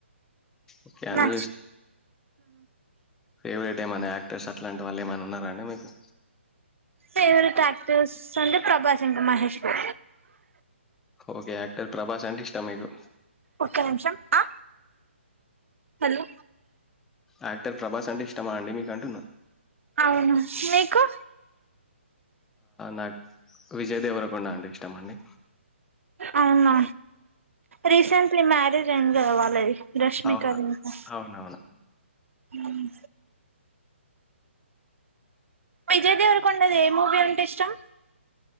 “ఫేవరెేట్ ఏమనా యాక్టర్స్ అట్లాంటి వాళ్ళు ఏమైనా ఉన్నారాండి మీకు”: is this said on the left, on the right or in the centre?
Centre